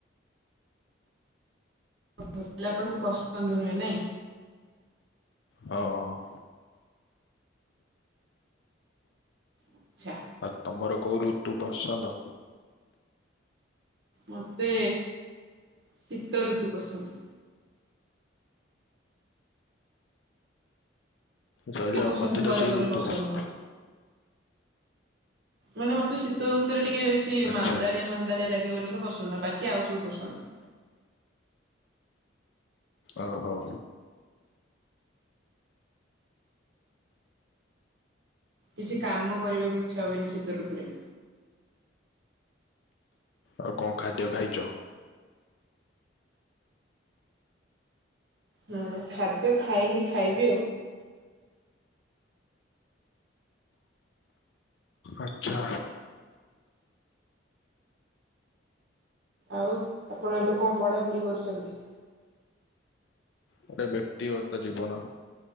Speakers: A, on the right (about 60°); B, on the left (about 65°).
A: <inaudible> ଆପଣଙ୍କୁ ପସନ୍ଦ ନୁହେଁ ନାଇଁ?
B: ହଁ ହଁ।
A: ଆଛା।
B: ଆଉ ତମର କୋଉ ଋତୁ ପସନ୍ଦ?
A: ମତେ ଶୀତ ଋତୁ ପସନ୍ଦ।
B: ସରିଲା
A: ତୁ
B: ଆଉ ମତେ
A: ସେମିତି କହିବାକୁ
B: ଟା ସେଇ
A: ଗଲେ
B: ଋତୁ ପସନ୍ଦ।
A: ନୁହଁ। ମାନେ ମତେ ଶୀତ ଋତୁରେ ଟିକେ ବେଶୀ
B: ଆଚ୍ଛା
A: ମାନ୍ଦାଳିଆ ମାନ୍ଦାଳିଆ ଲାଗିବ ବୋଲି କା ପସନ୍ଦ ନୁହଁ ବାକି ଆଉ ସବୁ ପସନ୍ଦ।
B: ଓହୋ।
A: କିଛି କାମ କରିବାକୁ ଇଚ୍ଛା ହୁଏନି ଶୀତ ଋତୁରେ।
B: ଆଉ କଣ ଖାଦ୍ୟ ଖାଇଛ?
A: ହୁଁ ଖାଦ୍ୟ ଖାଇନି ଖାଇବି ଆଉ।
B: ଆଛା।
A: ଆଉ ଆପଣ ଏବେ କଣ ପଢ଼ାପଢ଼ି କରୁଛନ୍ତି?
B: ଏଇଟା ବ୍ୟକ୍ତିଗତ ଜୀବନ